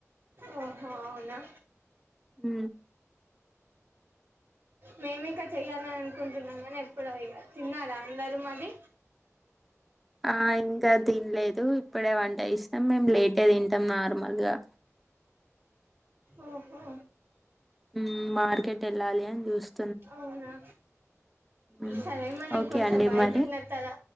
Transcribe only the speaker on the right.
ఓహో అవునా
మేమింక చేయాలని అనుకుంటున్నాం గాని ఇప్పుడు ఇ తిన్నారా అందరూ మరి
ఓహో
అవునా
సరే మనం
కొంచెం
బయట
ఉన్నస్తారా